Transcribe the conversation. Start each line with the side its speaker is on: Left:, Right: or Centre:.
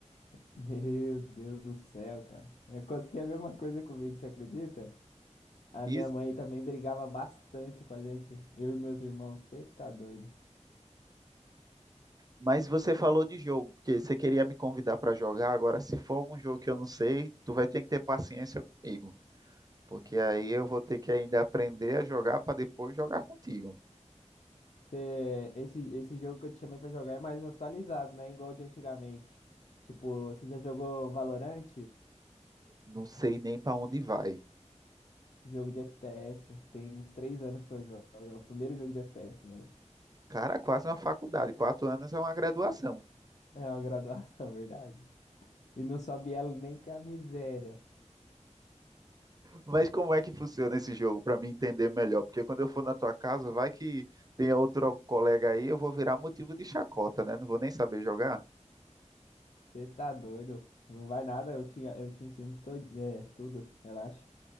Left: Meu Deus do céu, cara. Acontecia a mesma coisa comigo, você acredita? A
Right: Isso.
Left: minha mãe também brigava bastante com a gente. Eu e meus irmãos, você tá doido.
Right: Mas você falou de jogo, porque você queria me convidar para jogar. Agora, se for algum jogo que eu não sei, tu vai ter que ter paciência comigo. porque aí eu vou ter que ainda aprender a jogar para depois jogar contigo.
Left: Cê- esse, esse jogo que eu te chamei pra jogar é mais atualizado, né? Igual o de antigamente. Tipo, você já jogou Valorant?
Right: Não sei nem para onde vai.
Left: Jogo de FPS. Tem uns três anos que eu jogo. É o primeiro jogo de FPS meu.
Right: Cara, quase uma faculdade, quatro anos é uma graduação.
Left: É uma graduação, <laughs> verdade. E não sobe ela nem que é a miséria.
Right: Mas como é que funciona esse jogo para mim entender melhor? Porque quando eu for na tua casa, vai que tem outro colega aí, eu vou virar motivo de chacota, né? Não vou nem saber jogar.
Left: Você tá doido? Não vai nada, eu te, eu te ensino todo, é, tudo, relaxa.